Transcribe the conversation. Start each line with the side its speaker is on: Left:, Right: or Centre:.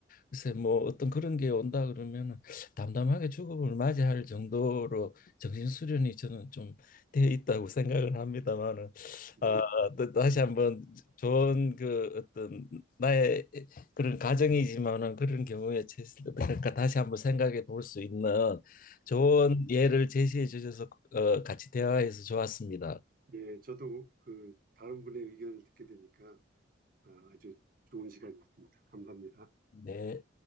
Left: 글쎄 뭐 어떤 그런 게 온다 그러면은 담담하게 죽음을 맞이할 정도로 정신 수련이 저는 좀 돼 있다고 생각을 합니다만은
Right: 예,
Left: 아, 또 다시 한번 좋은 그 어떤 나의 그런 가정이지만은 그런 경우에 처했을 때 어떨까 다시 한번 생각해 볼 수 있는 좋은
Right: 예.
Left: 예를 제시해 주셔서 어, 같이 대화해서 좋았습니다.
Right: 예, 저도 그 다른 분의 의견을 듣게 되니까 아, 아주 좋은 시간이었습니다. 감사합니다.
Left: 네.